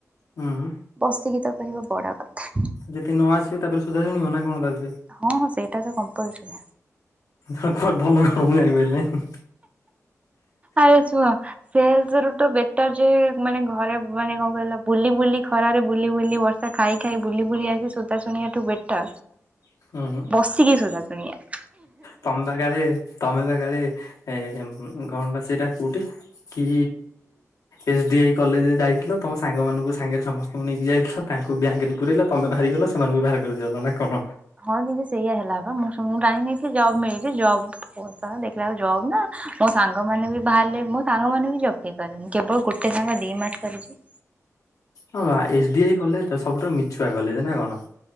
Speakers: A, on the left; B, on the right.
A: ହୁଁ
B: ବସିକି ତ କରିବ ବଡ କଥା।
A: ଯଦି ନ ଆସିବ ତାପରେ ସୁଧା ଶୁଣିବ ନା କଣ ତାପରେ।
B: ହଁ-ହଁ ସେଇଟା ତ କମ୍ପଲ୍ସରୀ।
A: ଭଲ କଣ ମୁଁ ଜଣିପାଇଲି ନାଇଁ।
B: ଆରୁ ଶୁଅ। ସେଲସ ରୁ ତ ବେଟର ଯେ ମାନେ ଘରେ ମାନେ କଣ କହିଲ ବୁଲି ବୁଲି ଖରାରେ ବୁଲି ବ ଖାଇ ଖାଇ ବୁଲି ବୁଲି ଆସି ସୋଦା ଶୁଣିବାଠୁ ବେଟର
A: ହୁଁ।
B: ବସିକି ସୋଦ ଶୁଣିବା।
A: ତମେ ବା କାଳେ ତମେ ବା କାଳେ ଏ କଣ ବା ସେଟା କୁଠି କି ଏସ୍ ଡି ଆଇ କଲେଜରେ ଯାଇଥିଲ। ତମ ସାଙ୍ଗ ମାନଙ୍କୁ ସାଙ୍ଗରେ ସମସ୍ତଙ୍କୁ ନେଇକି ଯାଇଥିଲ। ତାଙ୍କୁ ବ୍ୟାଙ୍କରେ ପୁରେଇଲ। ତମେ ବାହାରିଗଲ ସେମାନଙ୍କୁ ବି ବାହାର କରିଦେଇଗଲ ନା କଣ?
B: ହଁ ଦିଦି ସେଇଆ ହେଲା ବା ମୁଁ ଟାଣିକି ନେଇଥିଲି ଜବ୍ ମିଳିଛି ଜବ ଦେଖିଲା ଜବ୍ ନା ମୋ ସାଙ୍ଗ ମାନେ ବି ବାହାରିଲେ ମୋ ସାଙ୍ଗ ମାନେ ବି ଜବ୍ କେହି କଲେନି କେବଳ ଗୋଟେ ସାଙ୍ଗ ଦି ମାସ କରିଛି।
A: ହଁ ବା ଏସ୍ ଡି ଆଇ କଲେଜ୍ ଟା ସବୁଠାରୁ ମିଛୁଆ କଲେଜ୍ ନା କଣ?